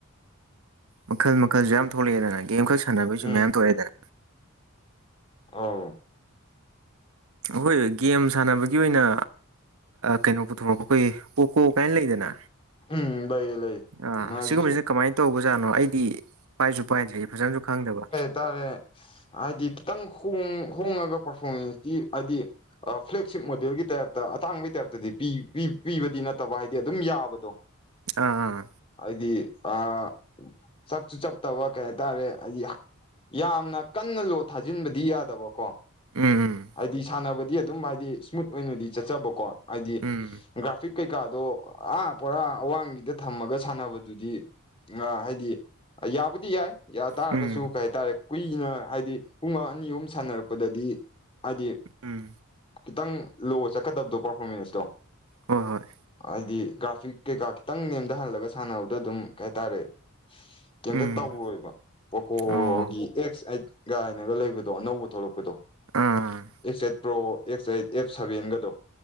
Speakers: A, on the right; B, on the left.
A: ꯃꯈꯜ ꯃꯈꯜꯁꯨ ꯌꯥꯝ ꯊꯣꯛꯂꯛꯑꯦꯗꯅ ꯒꯦꯝꯈꯛ ꯁꯥꯟꯅꯕꯒꯤꯁꯨ
B: ꯎꯝ
A: ꯃꯌꯥꯝ ꯊꯣꯛꯂꯛꯑꯦꯗꯅ
B: ꯑꯧ
A: ꯍꯣꯏ ꯒꯦꯝ ꯁꯥꯟꯅꯕꯒꯤ ꯑꯣꯏꯅ ꯀꯩꯅꯣ ꯄꯨꯊꯣꯔꯛꯄ ꯈꯣꯏ ꯄꯣꯀꯣ ꯀꯥꯏꯅ ꯂꯩꯗꯅ
B: ꯎꯝ ꯂꯩꯌꯦ ꯂꯩꯌꯦ
A: ꯑꯥ
B: ꯃꯥꯒꯤꯁꯨ
A: ꯁꯤꯒꯨꯝꯕꯁꯤꯅ ꯀꯃꯥꯏꯅ ꯇꯧꯕꯖꯥꯠꯅꯣ ꯑꯩꯗꯤ ꯄꯥꯏꯁꯨ ꯄꯥꯏꯗ꯭ꯔꯦ ꯐꯖꯅꯁꯨ ꯈꯪꯗꯕ
B: ꯇꯥꯔꯦ ꯍꯥꯏꯗꯤ ꯈꯤꯇꯪ ꯍꯣꯡ-ꯍꯣꯡꯉꯒ ꯄꯔꯐꯣꯔꯃꯦꯟꯁꯇꯤ ꯍꯥꯏꯗꯤ ꯐ꯭ꯂꯦꯛꯁꯤꯞ ꯃꯣꯗꯦꯜꯒꯤ ꯇꯥꯏꯞꯇ ꯑꯇꯥꯡꯕꯒꯤ ꯇꯥꯏꯞꯇꯗꯤ ꯄꯤ ꯄꯤꯕꯗꯤ ꯅꯠꯇꯕ ꯍꯥꯏꯗꯤ ꯑꯗꯨꯝ ꯌꯥꯕꯗꯣ
A: ꯑꯥ ꯑꯥ
B: ꯑꯩꯗꯤ ꯑꯥ ꯆꯞꯁꯨ ꯆꯞ ꯇꯕ ꯀꯩ ꯍꯥꯏꯇꯥꯔꯦ ꯍꯥꯏꯗꯤ ꯌꯥꯝꯅ ꯀꯟꯅ ꯂꯣꯠ ꯊꯥꯖꯤꯟꯕꯗꯤ ꯌꯥꯗꯕꯀꯣ
A: ꯎꯝ
B: ꯍꯥꯏꯗꯤ ꯁꯥꯟꯅꯕꯗꯤ ꯑꯗꯨꯝ ꯍꯥꯏꯗꯤ ꯁ꯭ꯃꯨꯠ ꯑꯣꯏꯅꯗꯤ ꯆꯠꯆꯕꯀꯣ ꯍꯥꯏꯗꯤ
A: ꯎꯝ
B: ꯒ꯭ꯔꯥꯐꯤꯛ ꯀꯩꯀꯥꯗꯣ ꯑꯥ ꯄꯣꯔꯥ ꯑꯋꯥꯡꯕꯤꯗ ꯊꯝꯃꯒ ꯁꯥꯟꯅꯕꯗꯨꯗꯤ ꯑ ꯍꯥꯏꯗꯤ, ꯌꯥꯕꯨꯗꯤ ꯌꯥꯏ ꯌꯥ ꯇꯥꯔꯒꯁꯨ
A: ꯎꯝ
B: ꯀꯩ ꯍꯥꯏꯇꯥꯔꯦ ꯀꯨꯏꯅ ꯍꯥꯏꯗꯤ ꯄꯨꯡ ꯑꯅꯤ ꯑꯍꯨꯝ ꯁꯥꯟꯅꯔꯛꯄꯗꯗꯤ ꯍꯥꯏꯗꯤ
A: ꯎꯝ ꯎꯝ
B: ꯈꯤꯇꯪ ꯂꯣ ꯆꯠꯀꯗꯕꯗꯣ ꯄꯥꯔꯐꯣꯔꯃꯦꯟꯁꯇꯣ
A: ꯍꯣꯏ ꯍꯣꯏ
B: ꯍꯥꯏꯗꯤ ꯒ꯭ꯔꯥꯐꯤꯛ ꯀꯩꯀꯥ ꯈꯤꯇꯪ ꯅꯦꯝꯗꯍꯜꯂꯒ ꯁꯥꯟꯅꯕꯗꯣ ꯑꯗꯨꯝ ꯀꯩ ꯍꯥꯏꯇꯥꯔꯦ ꯀꯩꯝꯇ
A: ꯎꯝ
B: ꯇꯧꯔꯣꯏꯕ ꯄꯣꯀꯣꯒꯤ
A: ꯑꯣ
B: ꯑꯦꯛꯁ ꯑꯩꯠ ꯀꯥꯏꯅꯒ ꯂꯩꯕꯗꯣ ꯑꯅꯧꯕ ꯊꯣꯛꯂꯛꯄꯗꯣ
A: ꯑꯥ
B: X eight pro X eight F ꯁꯚꯦꯟꯒꯗꯣ